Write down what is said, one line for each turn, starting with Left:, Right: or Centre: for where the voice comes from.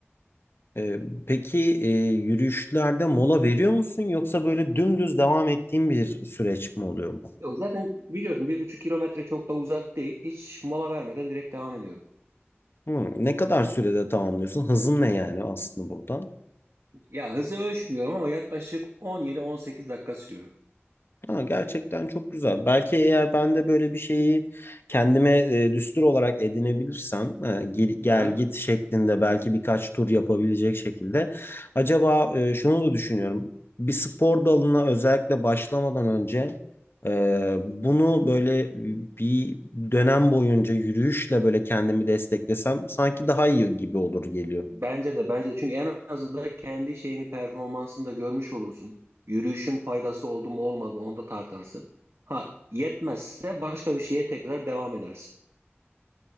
Left: Ee, peki e, yürüyüşlerde mola veriyor musun yoksa böyle dümdüz devam ettiğin bir süreç mi oluyor bu?
Right: Yok zaten biliyorsun bir buçuk kilometre çok da uzak değil. Hiç mola vermeden direkt devam ediyorum.
Left: Hmm, ne kadar sürede tamamlıyorsun? Hızın ne yani aslında burada?
Right: Ya hızı ölçmüyorum ama yaklaşık 17-18 dakika sürüyor.
Left: Ha, gerçekten çok güzel. Belki eğer ben de böyle bir şeyi kendime e, düstur olarak edinebilirsem e, gel, gel
Right: Aha.
Left: git şeklinde belki birkaç tur yapabilecek şekilde. Acaba e, şunu da düşünüyorum. Bir spor dalına özellikle başlamadan önce e, bunu böyle bir dönem boyunca yürüyüşle böyle kendimi desteklesem sanki daha iyi gibi olur geliyor.
Right: Bence de bence de çünkü en azından kendi şeyini performansını da görmüş olursun. Yürüyüşün faydası oldu mu olmadı mı onu da tartarsın. Ha yetmezse başka bir şeye tekrar devam edersin.